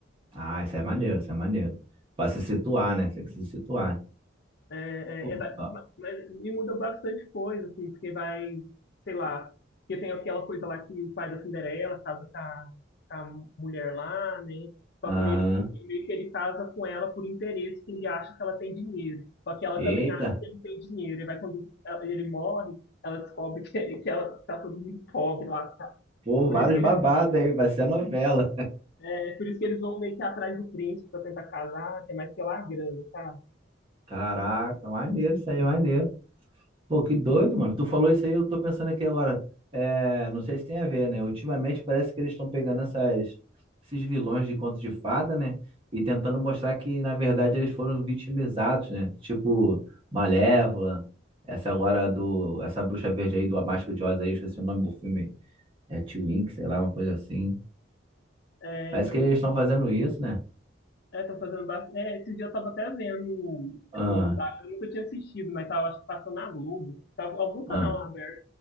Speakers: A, on the right; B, on the left.
A: Ah, isso é maneiro, isso é maneiro. Pra se situar, né? Tem que se situar.
B: É, é,
A: Pô,
B: é, vai-
A: ó.
B: ma- mas me muda bastante coisa, assim, porque vai, sei lá, porque tem aquela coisa lá que o pai da Cinderela casa com a, com a mulher lá, né? Só
A: Aham.
B: que nesse, meio que ele casa com ela por interesse, que ele acha que ela tem dinheiro. Só que ela
A: Eita,
B: também acha que ele tem dinheiro. E vai quando ela- ele morre, ela descobre que, <laughs> que ela tá todo mundo pobre lá. tá?
A: pô,
B: Por
A: vários
B: isso que eles,
A: babados aí, vai ser a novela.
B: é, por isso que eles vão meio que atrás do príncipe pra tentar casar, que é mais pela grana, sabe?
A: Caraca, maneiro isso aí, maneiro. Pô, que doido, mano. Tu falou isso aí, eu tô pensando aqui agora. É, não sei se tem a ver, né? Ultimamente parece que eles estão pegando essas, esses vilões de conto de fada, né? E tentando mostrar que, na verdade, eles foram vitimizados, né? Tipo, Malévola, essa agora do. Essa bruxa verde aí do A Máscara de Oz aí, eu esqueci o nome do filme. aí. É Twink, sei lá, uma coisa assim.
B: É,
A: Parece que eles estão fazendo isso, né?
B: É, estão fazendo bastante. É, esse dia eu tava até vendo,
A: Ah,
B: tipo, o da... eu nunca tinha assistido, mas tava, acho que passando na Globo. Tava algum canal
A: ah.
B: aberto,